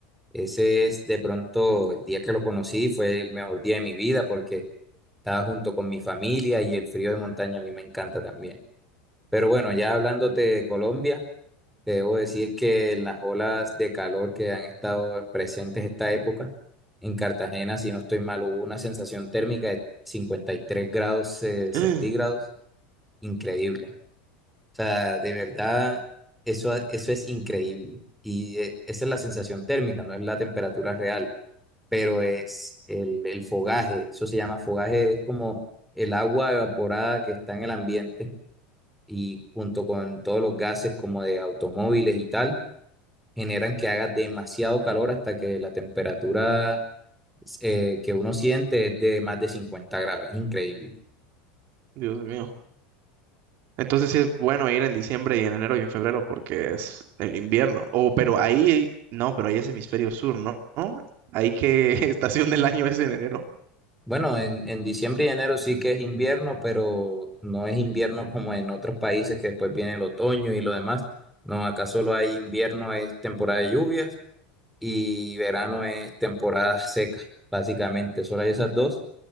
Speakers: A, in the centre; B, on the right.
A: ese es de pronto el día que lo conocí, fue el mejor día de mi vida porque estaba junto con mi familia y el frío de montaña a mí me encanta también. Pero bueno, ya hablándote de Colombia. Debo decir que en las olas de calor que han estado presentes esta época, en Cartagena, si no estoy mal, hubo una sensación térmica de 53 grados eh,
B: <gasps>
A: centígrados, increíble. O sea, de verdad, eso, eso es increíble. Y eh, esa es la sensación térmica, no es la temperatura real, pero es el, el fogaje, eso se llama fogaje, es como el agua evaporada que está en el ambiente y junto con todos los gases como de automóviles y tal generan que haga demasiado calor hasta que la temperatura eh, que uno siente es de más de 50 grados. Es increíble.
B: Dios mío. Entonces sí es bueno ir en diciembre y en enero y en febrero porque es el invierno. O pero ahí, no, pero ahí es hemisferio sur, ¿no? ¿No? Ahí qué <laughs> estación del año es en enero.
A: Bueno, en, en diciembre y enero sí que es invierno, pero no es invierno como en otros países que después viene el otoño y lo demás. No, acá solo hay invierno, es temporada de lluvias y verano es temporada seca, básicamente. Solo hay esas dos